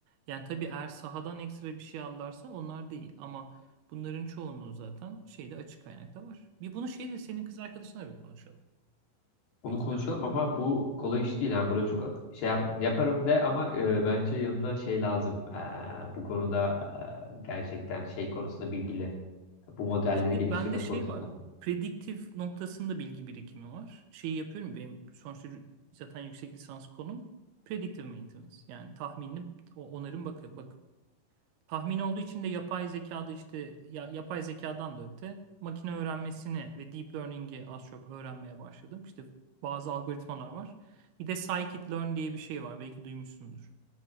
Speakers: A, on the right; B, on the left.
A: Yani tabii eğer sahadan ekstra bir şey alırlarsa onlar değil ama bunların çoğunluğu zaten şeyde açık kaynakta var. Bir bunu şeyde senin kız arkadaşına bir konuşalım
B: Onu
A: ekstra.
B: konuşalım ama bu kolay iş değil. Yani buraya çok at- şey yapma. Yaparım de ama e, bence yanına şey lazım. E, bu konuda e, gerçekten şey konusunda bilgili. Bu modelleri
A: İşte
B: geliştirme
A: bende
B: konusunda.
A: şey var. Prediktif noktasında bilgi birikimi var. Şeyi yapıyorum benim sonuçta zaten yüksek lisans konum predictive maintenance. Yani tahminli o- onarım bak, bak Tahmin olduğu için de yapay zekada işte ya- yapay zekadan da öte makine öğrenmesini ve deep learning'i az çok öğrenmeye başladım. İşte bazı algoritmalar var. Bir de scikit-learn diye bir şey var. Belki duymuşsundur.